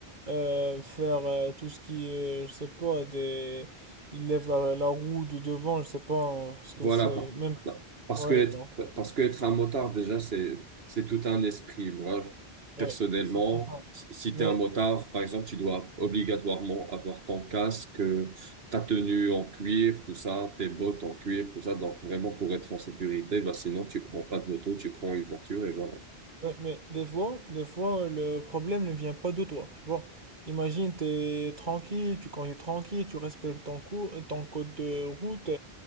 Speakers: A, on the right (about 50°); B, on the right (about 70°).
A: euh, faire euh, tout ce qui est, je sais pas, des... il lève la, la roue du devant, je sais pas hein, ce que
B: Voilà,
A: c'est,
B: par-
A: même,
B: par- parce
A: ouais,
B: que être,
A: donc,
B: parce que être un motard, déjà, c'est, c'est tout un esprit. Moi, je- personnellement,
A: ouais, effectivement.
B: si si
A: Mais,
B: t'es un motard, par exemple, tu dois obligatoirement avoir ton casque, euh, ta tenue en cuir, tout ça, tes bottes en cuir, tout ça. Donc, vraiment, pour être en sécurité, bah, sinon, tu prends pas de moto, tu prends une voiture et voilà.
A: ouais, mais des fois, des fois, le problème ne vient pas de toi, tu vois. Imagine, t'es tranquille, tu conduis tranquille, tu respectes ton cou- ton code de route,